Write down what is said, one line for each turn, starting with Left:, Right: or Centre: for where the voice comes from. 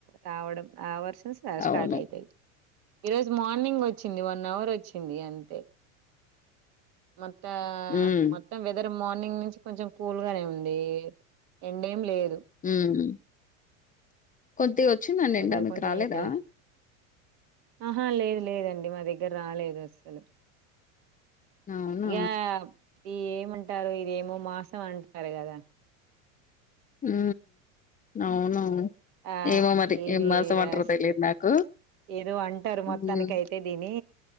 Right: రావడం ఆ వర్సం స్టార్ట్
Left: అవును
Right: అవుతుది ఈ రోజు మార్నింగ్ వచ్చింది వన్ అవర్ వచ్చింది అంతే మత్త
Left: ఉమ్
Right: మత్త వె మార్నింగ్ నుంచి కొంచెం కూల్ గానే ఉంది ఎండేం లేదు
Left: హ కొద్దిగా వచ్చిందండి
Right: వెదర్
Left: ఎండా మీకు
Right: కొంచెం
Left: రాలేదా
Right: ఇలా ఆహా లేదు లేదండి మా దగ్గర రాలేదు అస్సలు
Left: అవునా
Right: ఇక ఇ ఏమంటారు ఇదేమో మాసం అంటారు కదా
Left: ఉ అవునువును
Right: ఆ
Left: ఏమో మది
Right: ఇది
Left: ఏం మాసం
Right: ఇగ
Left: అంటారు
Right: స్ట్
Left: తెలిదు నాకు
Right: ఏదో అంటారు మొత్తానినికి
Left: ఉమ్
Right: అయితే దీని